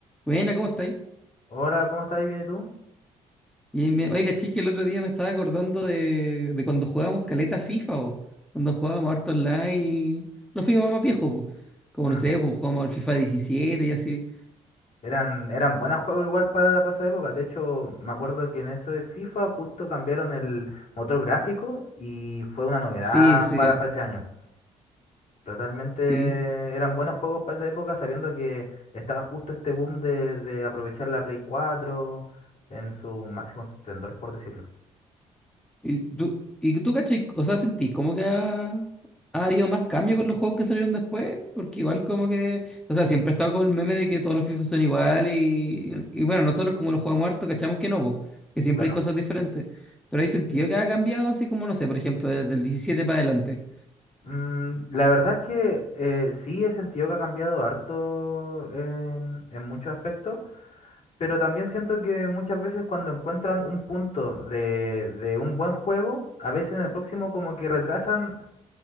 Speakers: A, in the centre; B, on the left (about 55°).
A: Buena, ¿cómo estáis?
B: Hola, ¿cómo estás? ¿Bien y tú?
A: Bien, bien. Oye, caché que el otro día me estaba acordando de, de cuando jugábamos caleta FIFA, o cuando jugábamos harto online y los FIFA más viejos, po. Como
B: Mm,
A: no sé, pues jugábamos el FIFA 17 y así.
B: Eran, eran buenos juegos igual para, para esa época. De hecho, me acuerdo que en eso de FIFA justo cambiaron el motor gráfico y fue una novedad
A: Sí, sí,
B: para, para ese año. Totalmente
A: sí.
B: eran buenos juegos para esa época, sabiendo que estaba justo este boom de, de aprovechar la Play cuatro en su máximo esplendor, por decirlo.
A: Y tú, y tú cachai, o sea, sentís como que ha, ha habido más cambio con los juegos que salieron después, porque igual como que, o sea, siempre he estado con el meme de que todos los FIFA son iguales y, y bueno, nosotros como los jugamos harto, cachamos que no, po, que siempre
B: Claro.
A: hay cosas diferentes, pero hay sentido que ha cambiado así como, no sé, por ejemplo, desde el diecisiete para adelante.
B: Mm, la verdad es que eh, sí he sentido que ha cambiado harto en en muchos aspectos. Pero también siento que muchas veces cuando encuentran un punto de, de un buen juego, a veces en el próximo como que retrasan